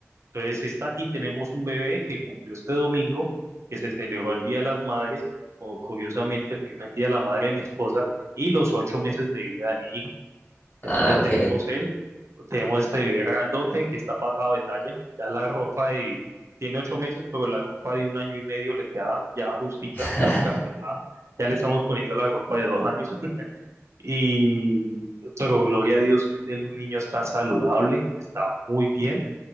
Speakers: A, on the right; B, on the left.
A: entonces está, y tenemos un bebé que cumplió este domingo, que se celebró el Día de las Madres, o curiosamente el primer Día de la Madre de mi esposa, y los ocho meses de vida de mi hijo. Entonces
B: Ah, ok.
A: tenemos él, tenemos este bebé grandote que está pasado de talla, ya la ropa de, tiene ocho meses, pero la ropa de un año y medio le queda ya justica,
B: <laughs>
A: casi que apretada, ya le estamos poniendo la ropa de dos años <laughs> y, pero gloria a Dios, el niño está saludable, está muy bien.